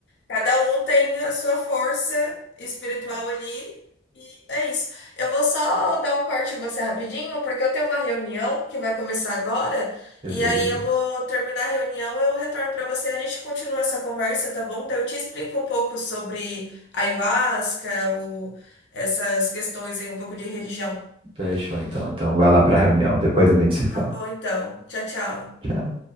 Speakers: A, on the left; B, on the right.
A: Cada um tem a sua força espiritual ali e é isso. Eu vou só dar um corte em você rapidinho, porque eu tenho uma reunião que vai começar agora,
B: beleza.
A: e aí eu vou terminar a reunião, eu retorno para você, a gente continua essa conversa, tá bom? Daí eu te explico um pouco sobre ayahuasca, o- essas questões aí, um pouco de religião.
B: Fechou, então. Então, vai lá para a reunião. Depois a gente se fala.
A: Tá bom, então. Tchau, tchau.
B: Tchau.